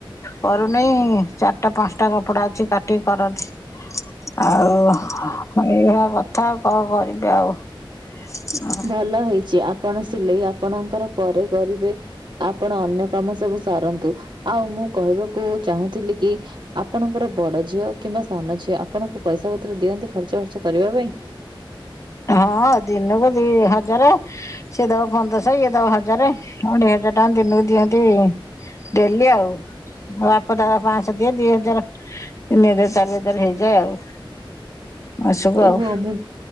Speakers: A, on the left; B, on the right.
A: କରୁନେଇ ଚାଟା ପାଞ୍ଚଟା କପଡା ଅଛି କାଟିକି କରନ୍ତି। ଆଉ ଏଇଭଆ କଥା କଣ କରିବି ଆଉ। ନା।
B: ଭଲ ହେଇଚି ଆପଣ ସିଲେଇ ଆପଣଙ୍କର ପରେ କରିବେ। ଆପଣ ଅନ୍ୟ କାମ ସବୁ ସାରନ୍ତୁ, ଆଉ ମୁଁ କହିବାକୁ ଚାହୁଁଥିଲି କି ଆପଣଙ୍କର ବଡ ଝିଅ କିମ୍ବା ସାନ ଝିଅ ଆପଣଙ୍କୁ ପଇସା ପତ୍ର ଦିଅନ୍ତି ଖର୍ଚ୍ଚ ଫର୍ଚ୍ଚ କରିବା ପାଇଁ।
A: ହଁ ଦିନକୁ ଦି ହଜାରେ। ସିଏ ଦବ ପନ୍ଦଶ ଇଏ ଦବ ହଜାରେ ଅଢେଇ ହଜାର ଟଙ୍କା ଦିନୁକୁ ଦିଅନ୍ତି। ଡେଲି ଆଉ, ବାପ ଦା ପାଞ୍ଚଶହ ଦିଏ ଦିଇ ହଜାର। ତିନିଜାର ଚାରି ହଜାର ହେଇଯାଏ ଆଉ। ମାସକୁ
B: ଓହୋ
A: ଆଉ।
B: ମୁଁ